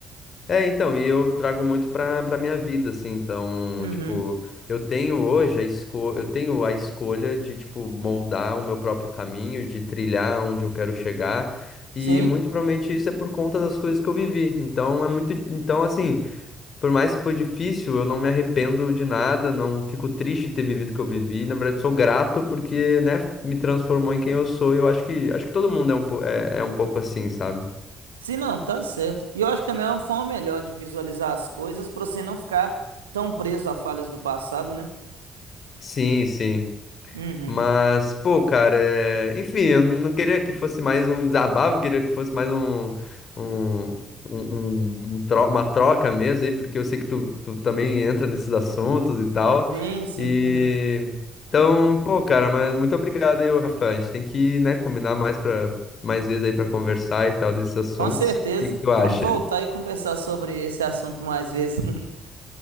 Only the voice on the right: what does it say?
Uhum.
Sim.
se não, tá certo. E eu acho que também é uma forma melhor de visualizar as coisas pra você não ficar tão preso a falhas do passado, né?
Uhum.
Sim, sim.
<laughs>
Com certeza.
Vamos
voltar e conversar sobre esse assunto mais vezes. <laughs>